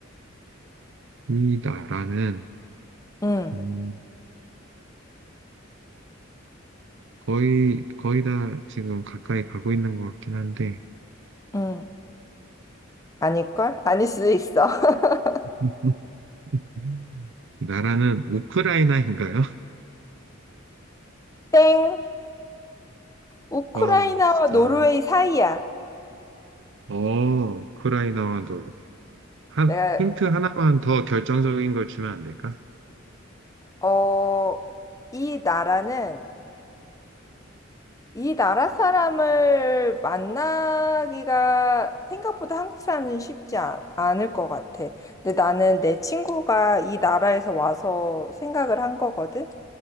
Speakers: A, on the right; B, on the left.
A: 이 나라는,
B: 응,
A: 음, 거의, 거의 다 지금 가까이 가고 있는 것 같긴 한데,
B: 응. 아닐걸? 아닐 수도 있어. <laughs>
A: 음. 음. 나라는 우크라이나인가요? <laughs>
B: 땡, 우크라이나와
A: 와, 진짜.
B: 노르웨이 사이야.
A: 어, 우크라이나와도, 한,
B: 내가,
A: 힌트 하나만 더 결정적인 걸 주면 안 될까?
B: 어, 어, 이 나라는 이 나라 사람을 만나기가 생각보다 한국 사람은 쉽지 아- 않을 것 같아. 근데 나는 내 친구가 이 나라에서 와서 생각을 한 거거든.